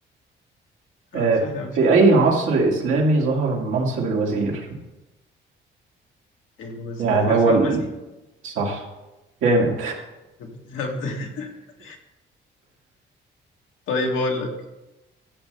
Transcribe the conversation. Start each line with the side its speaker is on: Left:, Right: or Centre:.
Right: آه،
Left: آه، سهل قوي السؤال
Right: في أي
Left: ده
Right: عصر إسلامي ظهر منصب الوزير
Left: الوزير
Right: يعني
Left: في عصر
Right: هو
Left: العباسي
Right: ال...
Left: <laughs>
Right: صح جامد
Left: يخرب بيت الهبد. <laughs> طيب اقول لك